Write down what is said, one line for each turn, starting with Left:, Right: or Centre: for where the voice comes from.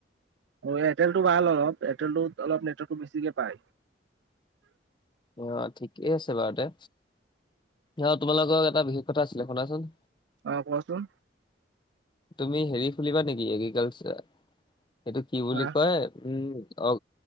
Right: অ', এয়াৰটেলটো ভাল অলপ এয়াৰটেল অলপ নেটৱৰ্কতো বেছিকে পায়।
Left: অ', ঠিকেই আছে বাৰু দে, অ, তোমাৰ লগত এটা বিশেষ কথা আছিলে শুনাচোন।
Right: অ', কোৱাচোন?
Left: তুমি হেৰি খুলিবা নেকি এগ্ৰিকালচাৰ, সেইটো কি বুলি
Right: হা
Left: কয় উম, অ